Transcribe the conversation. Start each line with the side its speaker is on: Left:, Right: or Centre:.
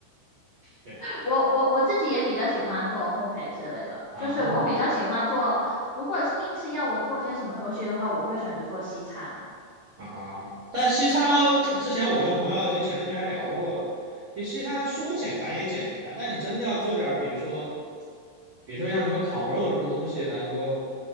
Right: 对，
Left: 我我我自己也比较喜欢做烘焙之类的，
Right: 啊
Left: 就是我比较喜欢做，如果是硬是要我做些什么东西的话，我会选择做西餐。
Right: 啊哈！但西餐之前我跟朋友就前段时间还聊过，就西餐说简单也简单，但你真的要做点儿，比如说，比如说像什么烤肉什么东西来说，